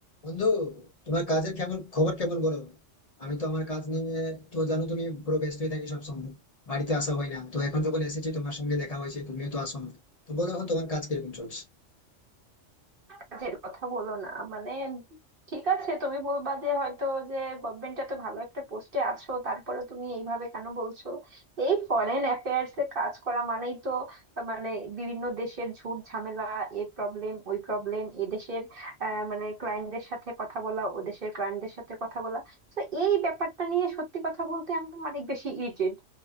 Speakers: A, on the left; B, on the right.
A: বন্ধু তোমার কাজের কেমন খবর কেমন বলো আমি তো আমার কাজ নিয়ে তো জানো তুমি পুরো ব্যস্তই থাকি সব সময় বাড়িতে আসা হয় না তো এখন যখন এসেছি তোমার সঙ্গে দেখা হয়েছে তুমিও তো আসো না তো বলো এখন তোমার কাজ কিরকম চলছে
B: কাজের কথা বলো না মানে ঠিক আছে তুমি বলবা যে হয়তো যে গভর্নমেন্ট এত ভালো একটা পোস্টে আছো তারপরে তুমি এইভাবে কেন বলছো এই ফরেন অ্যাফেয়ার্স এ কাজ করা মানেই তো আহ, মানে বিভিন্ন দেশের ঝুট ঝামেলা এই প্রবলেম ওই প্রবলেম এ দেশের আহ, মানে ক্লায়েন্টদের সাথে কথা বলা ও দেশের ক্লায়েন্টদের সাথে কথা বলা তো এই ব্যাপারটা নিয়ে সত্যি কথা বলতে আমি অনেক বেশি ইরিটেট